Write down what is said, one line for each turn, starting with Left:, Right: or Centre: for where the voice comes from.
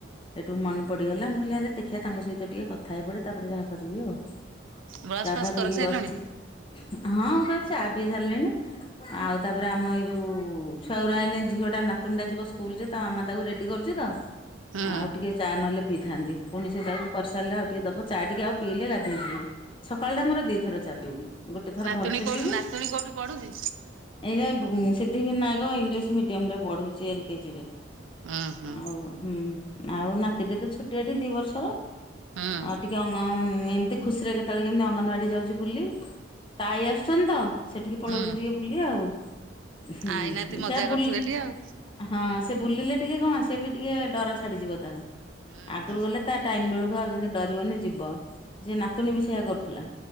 Left: ସେଠୁ ମନେ ପଡିଗଲା ମୁଁ କହିଲି ଆରେ ଦେଖିବା ତାଙ୍କ ସହିତ ଟିକେ କଥା ହେଇ ପଡେ ତାପରେ ଯାହା କରିବି ଆଉ।
Right: ବ୍ରସ୍
Left: ଚା
Right: ଫ୍ରସ୍
Left: ଫା ପିଇକି
Right: କରି ସାରିଲଣି
Left: ବସିଛି ହଁ କରଛି ଚା ପିଇ ସାରିଲିଣି ଆଉ ତା ତାପରେ ଆମ ଏଇ ଯୋଉ ଛୁଆଗୁରା ଆଣେ ଝିଅ ଟା ନାତୁଣି ଟା ଯିବ ସ୍କୁଲ ଯେ ତା ମାମା ତାକୁ ରେଡି କରୁଛି ତ।
Right: ହୁଁ।
Left: ଆଉ ଟିକେ ଚା ନହେଲେ ପିଇଥାନ୍ତି ପୁଣି ସେ ତାକୁ କରିସାରିଲେ ଆଉ ଟିକେ ଦବ ଚା ଟିକେ ଆଉ ପିଇଲେ ଗାଧେଇ ଯିବି। ସକାଳ ଟା ମୋର ଦି ଥର ଚା ପିଇବି ଗୋଟେ ଥର
Right: ନାତୁଣୀ
Left: ଭଲସେ
Right: କୋଉ
Left: ପିଇବି
Right: ନାତୁଣୀ କୋଉଠି ପଢୁଛି?
Left: ତା ଭୁଁ ସିଦ୍ଧି ବିନାୟକ ଇଂଲିଶ ମିଡିୟମ ରେ ପଢୁଛି ଏଲ କେଜି ରେ।
Right: ହୁଁ ହୁଁ
Left: ଆଉ ହୁଁ ଆଉ ନାତି ଟେ ତ ଛୋଟିଆଟେ ଦି ବର୍ଷର।
Right: ହୁଁ
Left: ଆଉ ଟିକେ ଆନଉ ଏମିତି ଖୁସିରେ କେତେବେଳେ କେମିତି ଅଙ୍ଗନବାଡି ଯାଉଛି ବୁଲି। ତା ଆଇ ଆସୁଛନ୍ତି ତ ସେଠିକେ ପଳଉଛି
Right: ହୁଁ
Left: ଟିକେ ବୁଲି ଆଉ। ହୁଁ
Right: ଆଇନାତି ମଜା
Left: ତା ବୁଲ୍
Right: କରୁଥିବେ ଟି ଆଉ।
Left: ହଁ ସେ ବୁଲିଲେ ଟିକେ କଣ ସେ ବି ଟିକେ ଡର ଛାଡିଯିବ ତାର।
Right: ହୁଁ
Left: ଆଗୁରୁ
Right: ହୁଁ
Left: ଗଲେ ତା ଟାଇମ ବେଳକୁ ଆଉ ଯେମିତି ଡରିବନି ଯିବ ଯେ ନାତୁଣୀ ବି ସେଇୟଆ କରୁଥିଲା।